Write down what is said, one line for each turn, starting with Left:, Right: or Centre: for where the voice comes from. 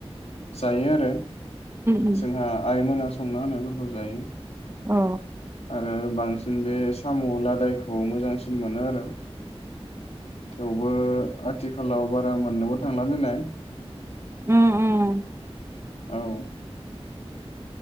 Left: जायो आरो
Right: उम
Left: जोंहा आइमोना संना होनायफोरखौ जायो
Right: औ
Left: आरो बांसिन बे साम' लादायखौ मोजांसिन मोनो आरो थेवबो आथिखालाव बारा मोननोबो थांला नालाय
Right: उम उम
Left: औ